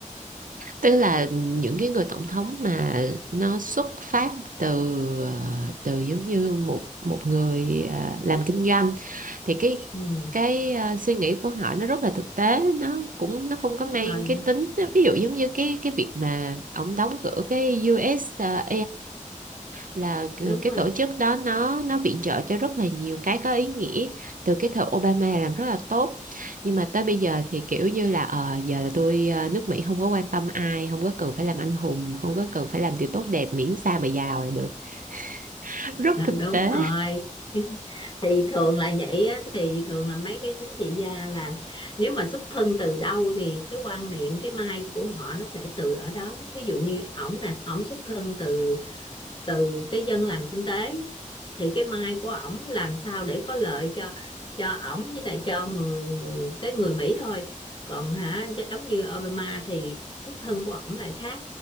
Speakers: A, on the right (about 80°); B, on the left (about 35°).
A: tức là những cái người tổng thống mà nó xuất phát từ ờ, từ giống như một một người ờ, làm kinh doanh thì cái
B: ừ,
A: cái ờ, suy nghĩ của họ nó rất là thực tế nó cũng nó không
B: đúng
A: có mang
B: rồi
A: cái tính ví dụ giống như cái cái việc mà ông đóng cửa cái US á là c-
B: đúng
A: cái
B: rồi
A: tổ chức đó nó nó viện trợ cho rất là nhiều cái có ý nghĩa từ cái thời Obama làm rất là tốt nhưng mà tới bây giờ thì kiểu như là ờ giờ là tôi ờ, nước Mỹ không có quan tâm ai không có cần phải làm anh hùng không có cần phải làm điều tốt đẹp miễn sao mà giàu là được <laughs> rất
B: À,
A: thực
B: đúng
A: tế
B: rồi <laughs> thì thường là vậy á thì thường là mấy cái chính trị gia là nếu mà xuất thân từ đâu thì cái quan niệm cái mai của họ nó sẽ từ ở đó thí dụ như ổng nè ổng xuất thân từ từ cái dân làm kinh tế thì cái mai của ổng làm sao để có lợi cho cho ổng với lại cho người cái người Mỹ thôi còn hả giống như Obama thì xuất thân của ổng lại khác